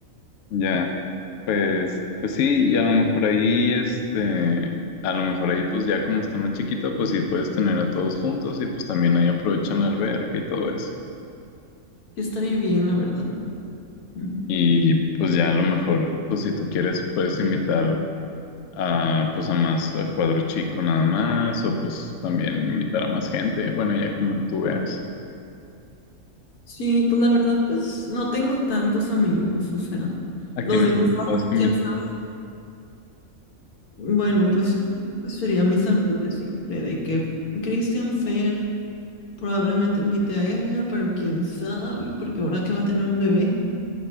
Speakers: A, on the left; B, on the left.
A: Ya, pues, pues sí, y a lo mejor ahí, este, a lo mejor ahí, pues ya como está más chiquito, pues sí puedes tener a todos juntos y pues también ahí aprovechan la alberca y todo eso.
B: sí estaría bien, la verdad. Ujú.
A: Y pues ya a lo mejor, pues si tú quieres, puedes invitar a pues a más a cuadro chico nada más, o pues también invitar a más gente. Bueno, ya como tú veas.
B: Sí, pues la verdad, pues no tengo tantos amigos, o sea,
A: A
B: los
A: quienes
B: de mi facu,
A: puedas invitar.
B: quién sabe. Bueno, pues, pues serían mis amigos de siempre, de que Christian Fer probablemente invite a Edgar, pero quién sabe, porque ahora que va a tener un bebé.